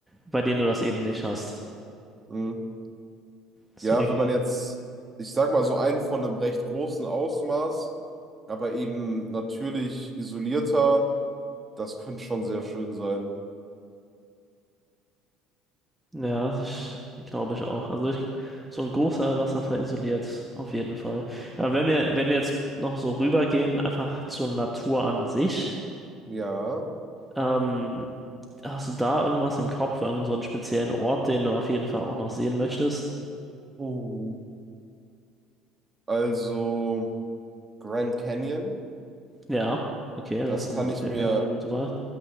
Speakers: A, in the centre; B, on the right.
A: bei denen du das eben nicht hast.
B: Mhm.
A: Deswegen,
B: Ja, wenn man jetzt, ich sag mal so einen von einem recht großen Ausmaß, aber eben natürlich isolierter, das könnte schon sehr schön sein.
A: ja, ich glaube ich auch. Also ich, so ein großer Wasserfall isoliert, auf jeden Fall. Aber wenn wir, wenn wir jetzt noch so rübergehen, einfach zur Natur an sich,
B: Ja.
A: ähm, hast du da irgendwas im Kopf, irgend so einen speziellen Ort, den du auf jeden Fall auch noch sehen möchtest?
B: Uh. Also Grand Canyon,
A: Ja, okay, das
B: das kann
A: ist eine, okay,
B: ich mir
A: okay, war eine gute Wahl.